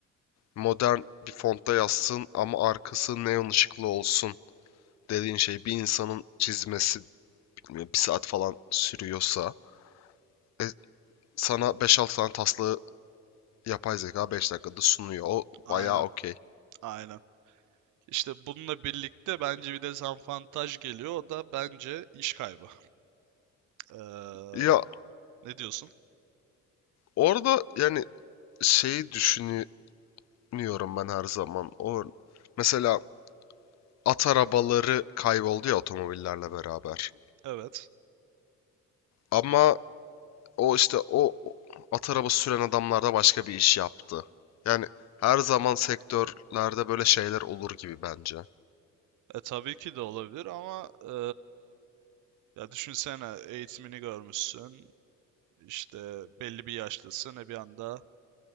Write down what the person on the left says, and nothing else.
Modern bir fontta yazsın ama arkası neon ışıklı olsun dediğin şey bir insanın çizmesi bilmiyorum, bir saat falan sürüyorsa e, sana beş altı tane taslağı yapay zeka 5 dakikada sunuyor. O
bayağı okey.
Ya
orada yani şeyi düşünüyor düşünüyorum ben her zaman. O mesela at arabaları kayboldu ya otomobillerle beraber.
Ama o işte o o at arabası süren adamlar da başka bir iş yaptı. Yani her zaman sektörlerde böyle şeyler olur gibi bence.